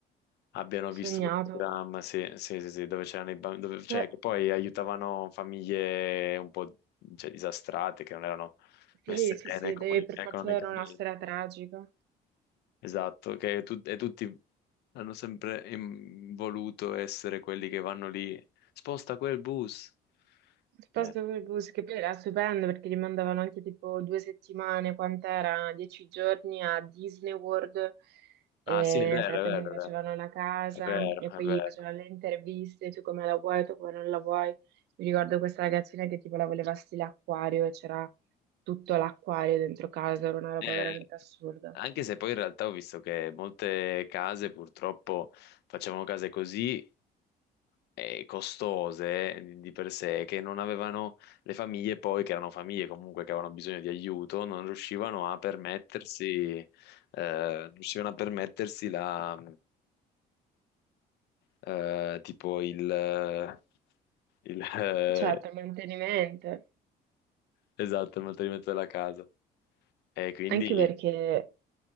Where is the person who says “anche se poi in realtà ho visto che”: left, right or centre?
Left